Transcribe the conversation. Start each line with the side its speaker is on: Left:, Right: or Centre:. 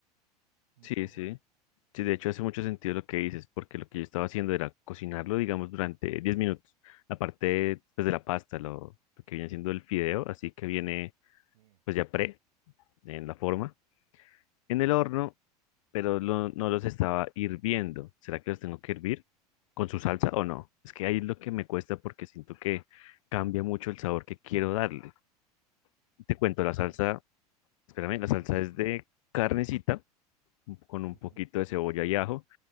Right: mucho
Left: Sí,
Right: ojo
Left: sí.
Right: ahí.
Left: Sí, de hecho hace mucho sentido lo que dices, porque lo que yo estaba haciendo era cocinarlo, digamos, durante 10 minutos. Aparte, pues, de la pasta, lo, lo que viene siendo el fideo, así que viene,
Right: Sí,
Left: pues, ya pre, en la forma. En el horno, pero lo- no los estaba hirviendo. ¿Será que los tengo que hervir con su salsa o no? Es que ahí es lo que me cuesta porque siento que cambia mucho el sabor que quiero darle. Te cuento, la
Right: sí,
Left: salsa, espérame,
Right: sí,
Left: la salsa
Right: sí, sí.
Left: es de carnecita con un
Right: Ujú.
Left: poquito de cebolla y ajo,